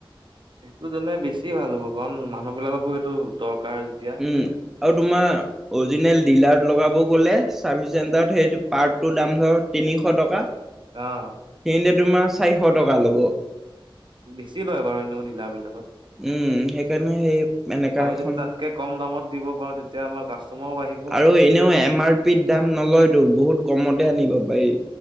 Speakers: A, on the right (about 60°); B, in the centre.
A: সেইটো যেনে বেছি ভাল হ'ব। কাৰণ মানুহ বিলাককো এইটো দৰকাৰ যেতিয়া
B: উম, আৰু তোমাৰ অৰিজিনেল ডিলাৰত লগাব গ'লে, চাৰ্ভি চেণ্টাৰত হেৰি পাৰ্টটোৰ দাম ধৰা তিনিশ টকা।
A: অ'।
B: সিহঁনতে তোমাৰ চাৰিশ টকা ল'ব।
A: বেছি লয় বাৰু এনেও দিলাৰ বিলাকত।
B: উম, সেইকাৰণে সেই এনেকা
A: আমি
B: এখন
A: যদি তাতকে কম দামত দিব পাৰো তেতিয়া আমাৰ কাষ্টমাৰও বাঢ়ি
B: আৰু এনেও এম আৰ পিত দাম নলয়তো, বহুত কমতে আনিব পাৰি।